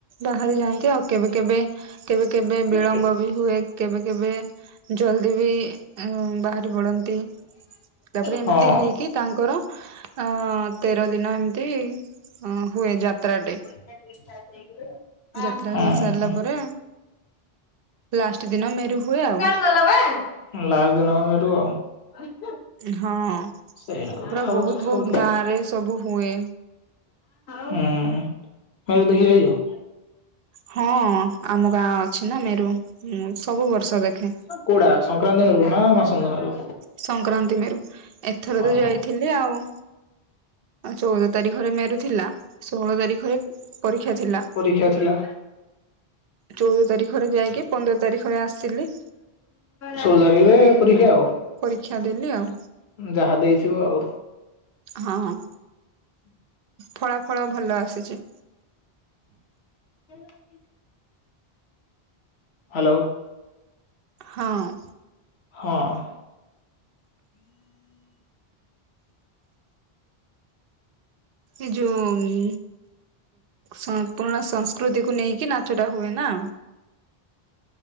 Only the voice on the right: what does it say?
ବାହାରି ଯାଆନ୍ତି ଆଉ କେବେ କେବେ କେବେ କେବେ
ବିଳମ୍ବ ବି ହୁଏ? କେବେ କେବେ ଜଲଦି ବି ବାହାରି ପଡନ୍ତି। ତାପରେ
ଏମିତି ହେଇକି ତାଙ୍କର ଅ ତେର ଦିନ ଏମିତି ଅ ହୁଏ ଯାତ୍ରାଟେ।
ଯାତ୍ରା
ହେଇସାରିଲା ପରେ ଲାଷ୍ଟ ଦିନ ମେରୁ ହୁଏ ଆଉ।
ହଁ ପୁରା
ବହୁତ
ବହୁତ ଗାଁ ରେ ସବୁ ହୁଏ।
ହଁ ଆମ ଗାଁ ଅଛି ନା ମେରୁ ସବୁ ବର୍ଷ ଦେଖେ।
ସଂକ୍ରାନ୍ତି ମେରୁ ଏଥରବି
ଯାଇଥିଲି ଆଉ। ଆଉ ଚଉଦ ତାରିଖରେ ମେରୁଥିଲା ଷୋହଳ ତାରିଖରେ ପରୀକ୍ଷା ଥିଲା।
ଚଉଦ ତାରିଖରେ ଯାଇକି ପନ୍ଦର ତାରିଖରେ ଆସିଲି।
ପରୀକ୍ଷା ଦେଲି ଆଉ।
ହଁ ହଁ ଫଳା ଫଳ ଭଲ ଆସିଛି।
ହଁ ଅଁ।
ଏ ଯୋଉ। ସ ପୁରୁଣା ସଂସ୍କୃତିକୁୁ ନେଇକି ନାଚଟା ହୁଏନା।